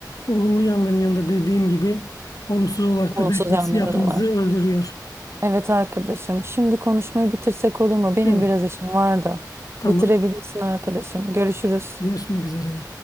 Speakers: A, on the left; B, on the right.
A: olumlu yanların yanında dediğim gibi olumsuz olarak
B: Olumsuz
A: da belki
B: yanları
A: hissiyatımızı
B: da var.
A: öldürüyor.
B: Evet arkadaşım, şimdi konuşmayı bitirsek olur mu? Benim
A: Evet.
B: biraz işim var da.
A: Tamam.
B: Bitirebilirsin arkadaşım. Görüşürüz.
A: Görüşmek üzere.